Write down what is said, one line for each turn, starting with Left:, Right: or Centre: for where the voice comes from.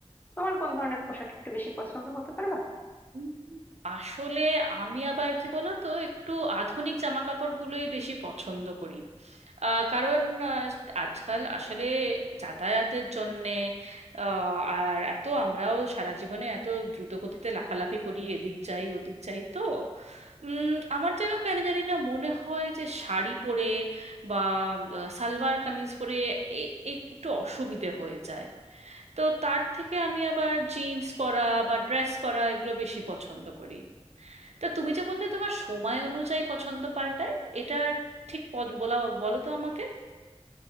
Left: তোমার কোন ধরনের পোশাক একটু বেশি পছন্দ বলতে পারবা
Right: উম, আসলে আমি আবার কি বলো তো একটু আধুনিক জামা কাপড়গুলোই বেশি পছন্দ করি আহ, কারণ আহ, আজকাল আসলে যাতায়াতের জন্যে আহ, আর এত আমরাও সারা জীবনে এত দ্রুত গতিতে লাফালাফি করি এদিক যাই ওদিক যাই তো উম, আমার যেন কেন জানি না মনে হয় যে শাড়ি পরে বা আহ, সালোয়ার কামিজ পরে এ- এ- একটু অসুবিধে হয়ে যায় তো তার থেকে আমি আবার জিন্স পরা বা ড্রেস পরা এগুলো বেশি পছন্দ করি তা তুমি যে বললে তোমার সময় অনুযায়ী পছন্দ পাল্টায় এটা ঠিক পদ- বলা বলো তো আমাকে